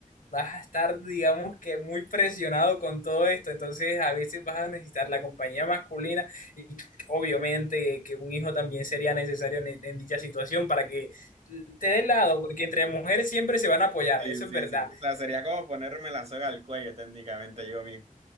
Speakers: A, on the left; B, on the right.
A: vas a estar, digamos que, muy presionado con todo esto. Entonces, a veces vas a necesitar la compañía masculina y obviamente que un hijo también sería necesario en, en dicha situación para que te dé lado, porque entre mujeres siempre se van a apoyar,
B: Sí,
A: eso
B: sí,
A: es verdad.
B: sí. O sea, sería como ponerme la soga al cuello técnicamente yo mismo.